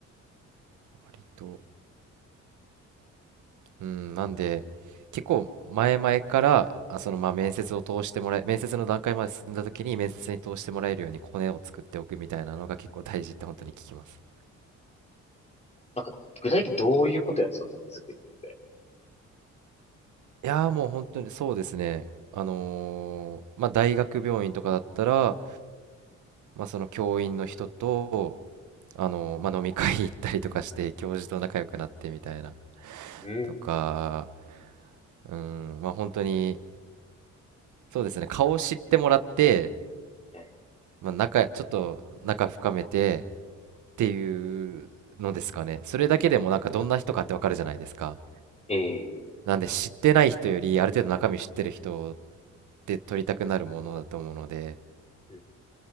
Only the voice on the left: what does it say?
なんか、具体的にどういうことやるんですか、この作りって。
うん。
え
えええ
うん